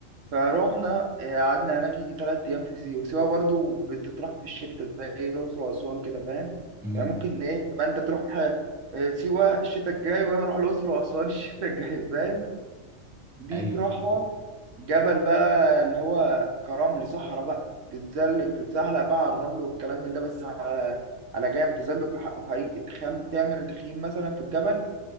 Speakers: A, on the right; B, in the centre.
A: فروحنا آه، قعدنا هناك يجي تلات أيام في سيوة سيوة برضو بتطرح في الشتاء زي الأقصر وأسوان كده فاهم
B: مم.
A: يعني ممكن إيه تبقى أنت تروح آه، آه، سيوة الشتاء الجاي وأنا أروح الأقصر وأسوان <laughs> الشتاء الجاي فاهم دي
B: ايوه
A: تروحها
B: مظبوط
A: جبل بقى اللي هو كرمل صحراء بقى تتزلج تتزحلق بقى على الرمل والكلام من ده بس على على جام تزلج بحقه حقيقي تخم... تعمل تخييم مثلا في الجبل